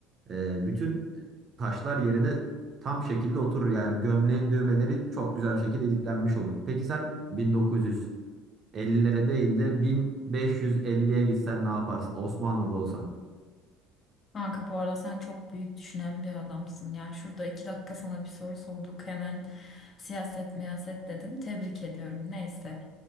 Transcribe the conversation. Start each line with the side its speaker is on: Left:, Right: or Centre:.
Right: e, bütün taşlar yerine tam şekilde oturur. Yani gömleğin düğmeleri çok güzel bir şekilde iliklenmiş olur. Peki sen 1950'lere değil de 1550'ye gitsen ne yaparsın? Osmanlı'da olsan.
Left: Kanka bu arada sen çok büyük düşünen bir adamsın. Yani şurada iki dakika sana bir soru sorduk hemen siyaset miyaset dedim. Tebrik ediyorum. Neyse.